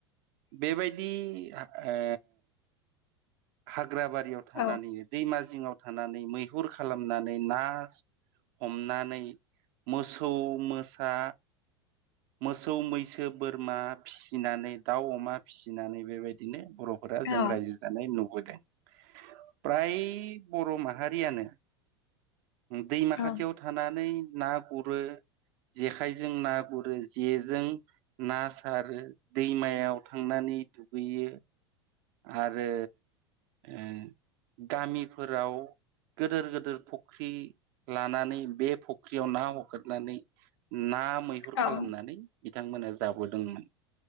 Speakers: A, on the right (about 60°); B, on the left (about 80°).
A: बेबायदि ए हाग्राबारियाव थानानैनो
B: औ
A: दैमा जिङाव थानानै मैहुर खालामनानै नास हमनानै मोसौ मोसा मोसौ मैसो बोरमा फिसिनानै दाउ अमा फिसिनानै बेबायदिनो बर'फोरा
B: औ
A: जों रायजो जानाय नुबोदों। फ्राय बर' माहारियानो दैमाखाथियाव
B: औ
A: थानानै ना गुरो जेखाइजों ना गुरो जेजों ना सारो दैमायाव थांनानि नै दुगैयो आरो ओ गामिफोराव गोदोर गोदोर फख्रि लानानै बे फख्रियाव ना हगाथनानै ना मैहुर
B: औ
A: खालामनानै बिथांमोना जाबोदोंमोन